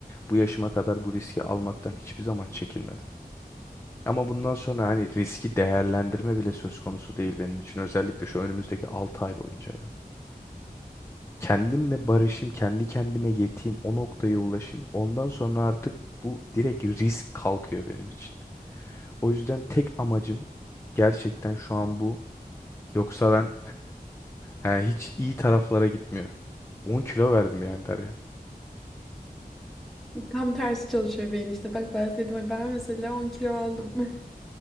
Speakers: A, on the left; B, in the centre.
A: Bu yaşıma kadar bu riski almaktan hiçbir zaman çekinmedim. Ama bundan sonra hani riski değerlendirme bile söz konusu değil benim için. Özellikle şu önümüzdeki 6 ay boyunca ya. Kendimle barışayım, kendi kendime yeteyim, o noktaya ulaşayım. Ondan sonra artık bu direkt risk kalkıyor benim için. O yüzden tek amacım gerçekten şu an bu. Yoksa ben he, hiç iyi taraflara gitmiyor. 10 kilo verdim yani Derya.
B: Tam tersi çalışıyor beyin işte. Bak ben dedim ay ben mesela 10 kilo aldım. <laughs>